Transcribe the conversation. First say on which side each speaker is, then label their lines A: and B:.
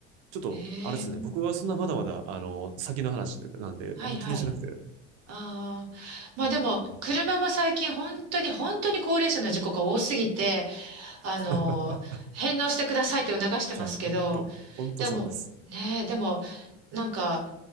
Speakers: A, on the right (about 70°); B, on the right (about 45°).
A: ちょっと、
B: へえ、
A: あれですね、僕はそんなまだまだ、あの、先の話というか、なんで、
B: はいはい。
A: あんま気にしなくて、
B: ああ、まあでも、
A: もう。うん
B: 車も最近本当に本当に高齢者の事故が多すぎて、
A: <laughs>
B: あの、返納してくださいって促してますけど、
A: いや、ほんと、ほんとそうです。
B: でも、ねえ、でも、なんか、